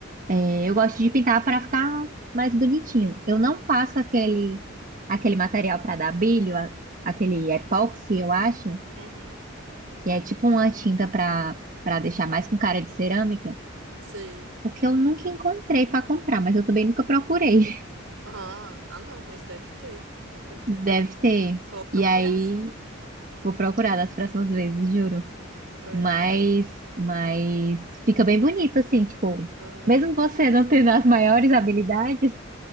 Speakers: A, on the right (about 40°); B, on the right (about 80°).
A: é, eu gosto de pintar para ficar mais bonitinho. Eu não passo aquele aquele material para dar brilho, a- aquele epóxi, eu acho,
B: uhum,
A: que é tipo uma tinta para para deixar mais com cara de cerâmica,
B: sei.
A: porque eu nunca encontrei para comprar, mas eu também nunca procurei.
B: Ah, ah, não, mas deve ter, com
A: <laughs>
B: certeza.
A: Deve ter.
B: Só procurar.
A: E aí vou procurar das próximas vezes, juro.
B: É.
A: Mas, mas fica bem bonito, assim, tipo,
B: aham.
A: mesmo você não tendo as maiores habilidades,